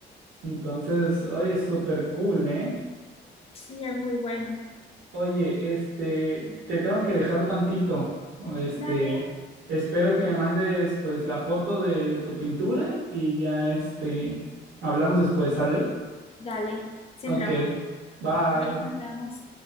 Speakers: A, on the right; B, on the left.
A: Entonces, oye, es súper cool, ¿eh?
B: sí, es muy bueno.
A: Oye, este, te tengo que dejar tantito. o Este,
B: Dale,
A: espero que me mandes pues la foto de, de tu pintura y ya este, hablamos después, ¿sale?
B: dale, sin
A: Ok,
B: drama.
A: bye.
B: Bien, nos vemos.